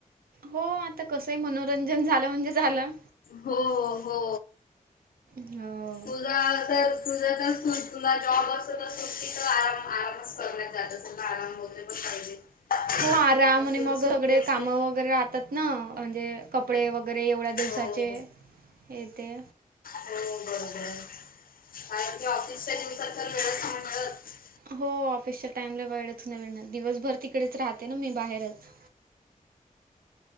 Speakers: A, on the right; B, on the left.
A: हो आता कस आहे मनोरंजन झालं म्हणजे झालं.
B: हो हो,
A: हो
B: तुझा तर तुझा तर तुला जॉब वर असेल सुट्टी तर आराम आरामच करण्यात जात असेल आराम वैगेरे पाहिजे.
A: हो आराम
B: एकच
A: आणि
B: दिवस
A: मग
B: सुट्टी
A: सगळे
B: असते
A: कामं वगैरे राहतात ना म्हणजे कपडे वगैरे एवढ्या
B: हो
A: दिवसाचे
B: हो
A: हे ते
B: हो बरोबर आणि ते ऑफिसच्या दिवसात तर <unintelligible>
A: हो ऑफिसच्या टाइमला वेळच नाही मिळणार दिवसभर तिकडेच राहते ना मी बाहेरच.